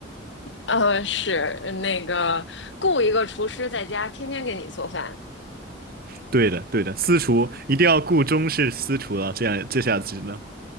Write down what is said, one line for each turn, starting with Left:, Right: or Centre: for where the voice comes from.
Left: 呃，是那个雇一个厨师在家天天给你做饭，
Right: 对的，对的，私厨一定要雇中式私厨了，这样这下子呢，